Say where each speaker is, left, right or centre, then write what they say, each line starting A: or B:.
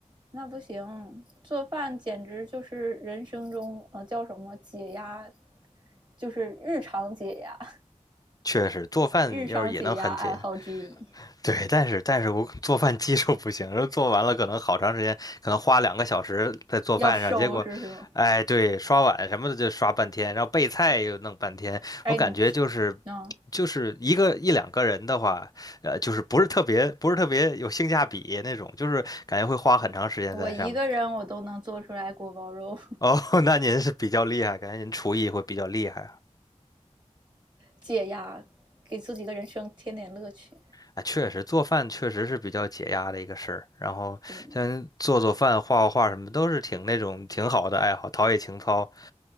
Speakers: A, on the right (about 35°); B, on the left (about 30°).
A: 那不行，做饭简直就是人生中呃叫什么解压，就是日常解压，
B: 确实，做饭要是也能很解压。
A: 日常解压爱好之一。
B: 对，但是但是我做饭技术不行，然后做完了可能好长时间，可能花两个小时在做饭上，
A: 要收拾是吗？
B: 结果，哎，对，刷碗什么的就刷半天，然后备菜又弄半天，
A: 哎，
B: 我感觉就是
A: 你，嗯，
B: 就是一个一两个人的话，呃，就是不是特别不是特别有性价比那种，就是感觉会花很长时间在上面。
A: 我一个人我都能做出来锅包肉
B: 哦，<laughs> 那您是比较厉害，感觉您厨艺会比较厉害。
A: 解压，给自己的人生添点乐趣。
B: 啊，确实做饭确实是比较解压的一个事儿。然后像做做饭、
A: 对
B: 画画画什么，都是挺那种挺好的爱好，陶冶情操。